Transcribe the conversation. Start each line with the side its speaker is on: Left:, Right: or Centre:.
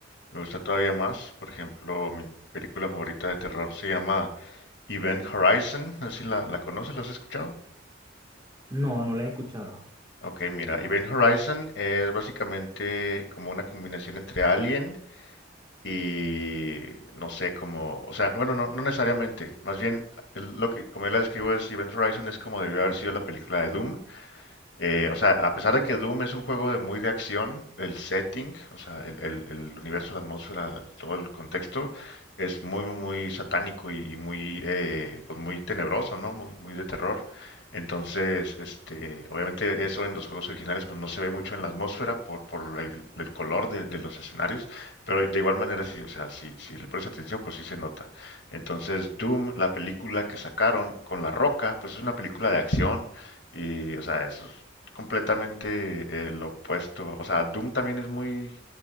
Left: Me gusta todavía más. Por ejemplo, mi película favorita de terror se llama Event Horizon. No sé si la, la conoces, ¿la has escuchado?
Right: No, no la he escuchado.
Left: Ok, mira, Event Horizon es básicamente como una combinación entre Alien y no sé, como, o sea, bueno, no, no necesariamente. Más bien, el- lo que, como yo la describo es Event Horizon es como debió haber sido la película de Doom. Eh, o sea, a pesar de que Doom es un juego de muy de acción, el setting, o sea, el, el- el universo, la atmósfera, todo el contexto, es muy, muy, muy satánico y, y muy, eh, pues muy tenebroso, ¿no? Muy, muy de terror. Entonces, este, obviamente eso en los juegos originales pues no se ve mucho en la atmósfera por, por el, el color de, de los escenarios, pero de igual manera sí, o sea, si, si le pones atención pues sí se nota. Entonces, Doom, la película que sacaron con La Roca, pues es una película de acción. Y, o sea, es completamente eh, lo opuesto. O sea, Doom también es muy,